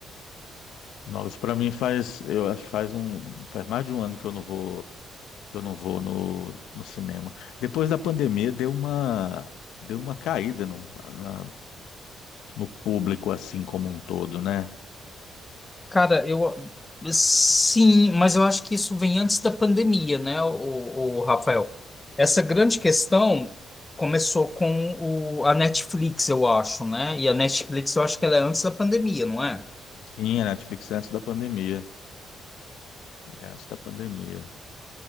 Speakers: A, on the left; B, on the left.
A: Nossa, para mim faz eu acho que faz um faz mais de um ano que eu não vou que eu não vou no, no cinema. Depois da pandemia deu uma deu uma caída no, na- no público assim como um todo, né?
B: Cara, eu sim, mas eu acho que isso vem antes da pandemia, né, o, o Rafael? Essa grande questão começou com o, a Netflix, eu acho, né? E a Netflix, eu acho que ela é antes da pandemia, não é?
A: Sim, a Netflix antes da pandemia, é, antes da pandemia.